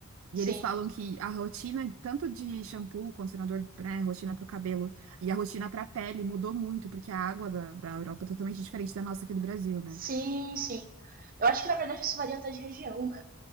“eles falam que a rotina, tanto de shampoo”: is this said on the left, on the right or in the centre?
Right